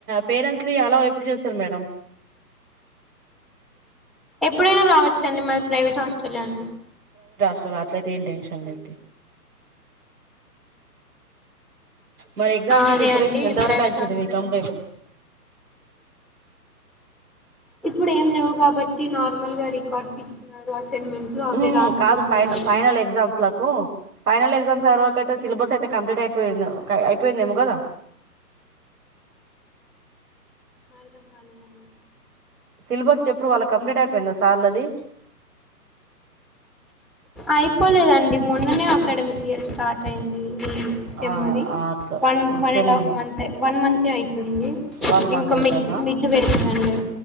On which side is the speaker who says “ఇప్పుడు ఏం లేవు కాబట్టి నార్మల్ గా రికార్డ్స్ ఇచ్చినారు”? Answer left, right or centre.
Centre